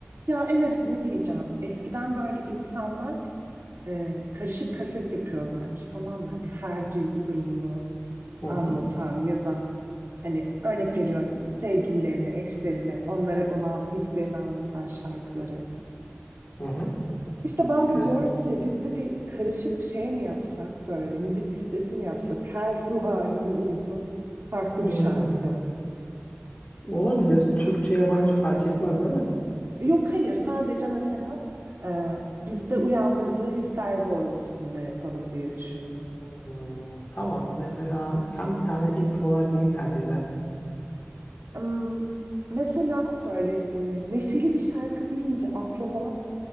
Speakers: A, on the right; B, on the left.
A: Ya Enes ne diyeceğim? Eskiden böyle insanlar e, karışık kaset yapıyorlarmış tamam mı? Hani her duygu durumunu
B: Hı
A: anlatan
B: hı.
A: ya da hani örnek veriyorum sevgililerine, eşlerine, onlara olan hislerini anlatan şarkıları.
B: Hı hı.
A: İşte ben de
B: Evet.
A: diyorum ki biz de bir karışık şey mi yapsak böyle müzik listesi mi yapsak her ruh haline uygun farklı
B: Hmm,
A: bir şarkı.
B: Olabilir. Türkçe yabancı fark etmez değil mi?
A: Yok hayır sadece mesela e, bizde uyandırdığı hisler doğrultusunda yapalım diye düşündüm.
B: Hmm, tamam. Mesela sen bir tane ilk olarak neyi tercih edersin?
A: Im, Mesela böyle e, neşeli bir şarkı deyince aklıma